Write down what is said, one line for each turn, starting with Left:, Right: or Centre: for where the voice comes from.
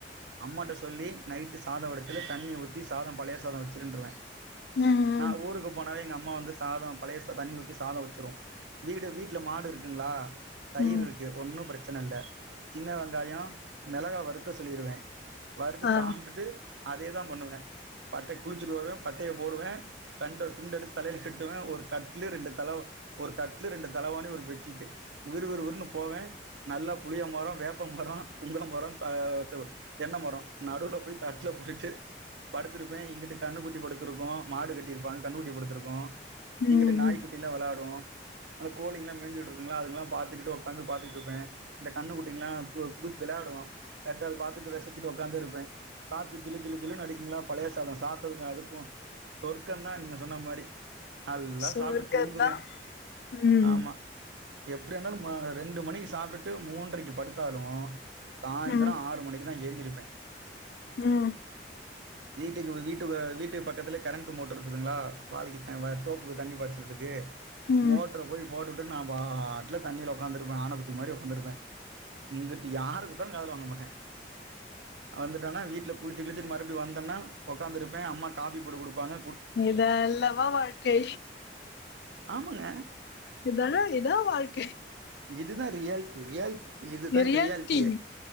Right: அம்மாட்ட சொல்லி நைட்டு சாதம் வடிச்சி தண்ணிய ஊத்தி சாதம் பழய சாதம் வச்சிருன்றுவே
Left: ம் ம்
Right: நான் ஊருக்கு போனாவே எங்க அம்மா வந்து சாதம் பழய சாதம் தண்ணி ஊத்தி சாதம் வச்சிரும் வீடு வீட்ல மாடு இருக்குங்களா தயிர்
Left: ம்
Right: இருக்கு ஒன்னு பிரச்சனை இல்ல சின்ன வெங் காயம் மிளகா வறுக்க சொல்லிருவே வறுத்து
Left: ஆ
Right: சாப்ட்டுட்டு அதேதா பண்ணுவே பட்டய குளிச்சுட்டு வருவே பட்டய போடுவே ரெண்டு துண்ட எடுத்து தலயில கட்டுவே ஒரு கட்லு ரெண்டு தல ஒரு கட்லு ரெண்டு தலவாணி ஒரு பெசட்சீட் விறுவிறுவிறுன்னு போவே நல்லா புளிய மரம் வேப் ப மரம் புங்க மரம் தென்ன மரம் நடுல போய் தட்டுல போட்டுட்டு படுத்திருப்பே இங்கிட்டு கண்ணு குட்டி படுத்திருக்கும் மாடு கட்டியிருப்பாங்க கண்ணு குட்டி படுத்திருக்கும்
Left: ம்
Right: எங்கிட்ட நாய்க்குட்டிலா
Left: ம்
Right: வெளாடும் அந்த கோழிங்கலா மேய்ஞ்சுட்டு இருக்குங்களா அதுங்கலா பாத்துக்கிட்டு உக்காந்து பாத்துட்டு இருப்பேன் இந்த கண்ணுகுட்டிங்ளா குதிச் வெளயாடும் அத பாத்துட்டு ரசிச்சுட்டு உக்காந்து இருப்பே காத்து ஜிலு ஜிலு ஜிலுன்னு அடிக்குங்களா பழய சாதம் சாப்டதுக்கு அதுக்கும் சொர்க்க தா நீங்க சொன்ன மாரி நல்லா
Left: சொர்க்கந்தா
Right: சாப்ட்டு தூங்குவே
Left: ம்
Right: ஆமா எப்டியாருந்தாலு ரெண்டு மணிக்கு சாப்டுட்டு மூன்றைக்கு படுத்தாலு சாய்ந்தரம்
Left: ம்
Right: ஆறு மணிக்குதான் எய்ந்திருப்பே
Left: ம்
Right: வீட்டுக்கு வீட்டு வீட்டுக்கு பக்கத்துல கரண்ட் மோட்டர் இருக்குதுங்களா வாழைக்கு தோப்புக்கு தண்ணி பாய்ச்சரு துக்கு
Left: ம்
Right: மோட்டரு போய் போட்டுவுட்டு நா பாட்டுல தண்ணியில உக்காந்துருப்பே ஆணை குட்டி மாரி உக்காந்துருப்பே இங்குட்டு யாரு கூப்டாலும் காதுல வாங்க மாட்டே வந்துட்டனா வீட்ல குளிச்சு கிளிச்சு மறுபடி வந்தன்னா உக்காந்துருப்பே அம்மா காஃபி போட்டு குடுப்பாங்க
Left: இதல்லவா வாழ்க்கை
Right: ஆமாங்க
Left: இதானா இதா வாழ்க்
Right: இதுதா ரியால்ட் ரியால் இதுதா
Left: ரியாலிட்டி
Right: ரியால்ட்டியே